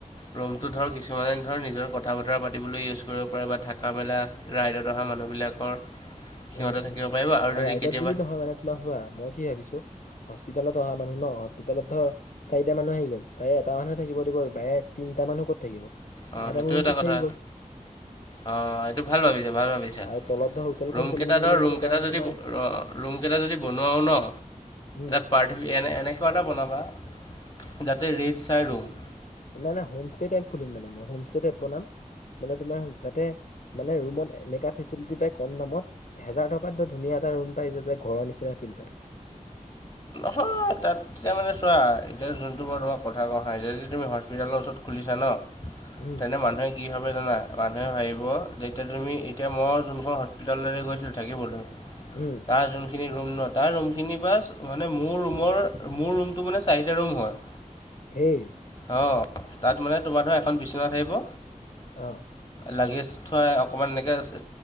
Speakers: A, on the left; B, on the left.
A: ৰুমটো ধৰ কিছুমানে ধৰ নিজৰ কথা বতৰা পাতিবলৈ ইউজ কৰিব পাৰে, বা থাকা মেলা। ৰাইডত অহা মানুহবিলাকৰ। সিহঁতে
B: উম'
A: থাকিব
B: উম'
A: পাৰিব
B: আৰু
A: যদি
B: ৰাইডত
A: কেতিয়াবা
B: বুলি নহয় মানে, তোমাৰ চোৱা মই কি ভাবিছোঁ। হস্পিটলত অহা মানুহ ন', হস্পিটলত ধৰ। চাৰিটা মানুহ আহি গ'ল, তাৰে এটা মানুহে থাকিব দিব, বায়ে তিনিটা মানুহ ক'ত থাকিব?
A: অ'
B: এটা
A: সেইটো
B: মোৰ ৰুমটোত
A: কথা
B: থাকি গ'ল।
A: অ' এইটো ভাল ভাবিছে, ভাল ভাবিছে।
B: আৰু তলত ধৰ হোটেলখন
A: ৰুমকেইটা
B: খুলি দিম বুলি
A: ধৰ,
B: ভাবিছো
A: ৰুমকেইটা
B: কাৰণ
A: যদি
B: তোমাৰ
A: ৰুমকেইটা যদি বনোৱাওঁ ন'।
B: উম'।
A: পাৰ্থি, এনে এনেকুৱা এটা বনাবা, যাতে ৰেড চাই ৰুম।
B: নাই, নাই, হোমষ্টে টাইপ খুলিম মানে মই, হোমষ্টে টাইপ বনাম, মানে তোমাৰ যাতে মানে, ৰুমত এনেকুৱা ফেচিলিটি পায় কম দামত। হেজাৰ টকাত ধ ধুনীয়া এটা ৰুম পায় যাতে, ঘৰৰ নিচিনা ফিল পায়।
A: হয়, তাত। তেতিয়া মানে চোৱা, এতিয়া যোনটো বাৰু তোমাক কথা কওঁ হা, এতিয়া যদি তুমি হস্পিটেলৰ ওচৰত খুলিছা ন'।
B: উম,
A: তেনে মানুহে কি ভাৱে জানা, মানুহে ভাবিব যেতিয়া তুমি এতিয়া মই যোনখন হস্পিটাললৈ গৈছিলোঁ থাকিবলৈ।
B: উম'।
A: তাৰ যোনখিনি ৰুম ন', তাৰ ৰুমখিনি বাছ। মানে মোৰ ৰুমৰ, মোৰ ৰুমটো মানে চাৰিটা ৰুম হয়।
B: সেই।
A: অ' তাত মানে তোমাৰ ধৰা এখন বিছনা থাকিব।
B: অ'।
A: লাগেজ থোৱা অকণমান এনেকে আছে।